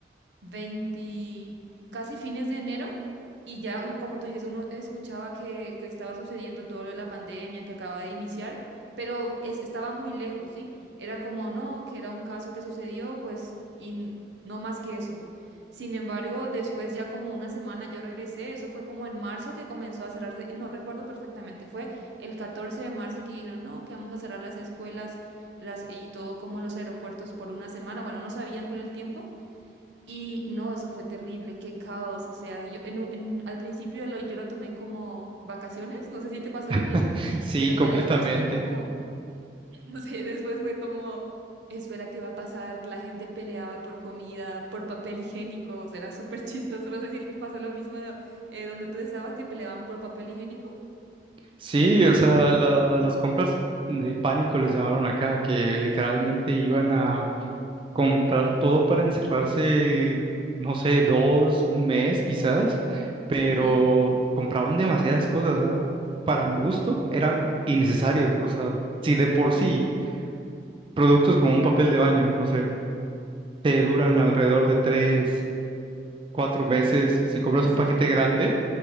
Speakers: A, on the right; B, on the right.
A: 20, casi fines de enero, y ya, un- como tú dices, uno escuchaba que, que estaba sucediendo todo lo de la pandemia que acaba de iniciar, pero es- estaba muy lejos, ¿sí? Era como, no, que era un caso que sucedió, pues, y n- no más que eso. Sin embargo, después ya como una semana yo regresé, eso fue como en marzo que comenzó a cerrarse, no recuerdo perfectamente, fue el 14 de marzo que dijeron, no, que vamos a cerrar las escuelas las, y todo como los aeropuertos por una semana, bueno, no sabían por el tiempo, y no, eso fue terrible, qué caos. O sea, yo en, un- en- al principio lo- yo lo tomé como vacaciones, no sé si te pasó lo
B: <laughs>
A: mismo,
B: Sí,
A: pero
B: completamente.
A: ya después fue como, <laughs> no sé, después fue como, espera, ¿qué va a pasar? La gente peleaba por comida, por papel higiénico, o sea, era súper <laughs> chistoso. No sé si pasó lo mismo eh, donde tú estabas, que peleaban por papel higiénico.
B: Sí, o sea, la- las compras de pánico les llamaron acá, que literalmente iban a comprar todo para encerrarse, no sé, dos, un mes quizás, pero
A: Sí,
B: compraban demasiadas cosas, ¿ah? Para mi gusto eran innecesarios, o sea, si de por sí productos como un papel de baño, no sé, te duran alrededor de tres, cuatro meses, si compras
A: exacto.
B: un paquete grande